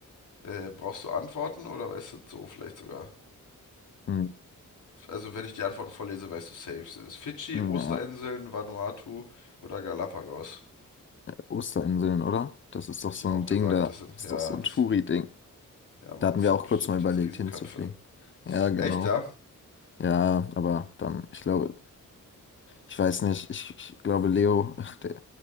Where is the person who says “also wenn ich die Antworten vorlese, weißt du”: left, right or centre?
Left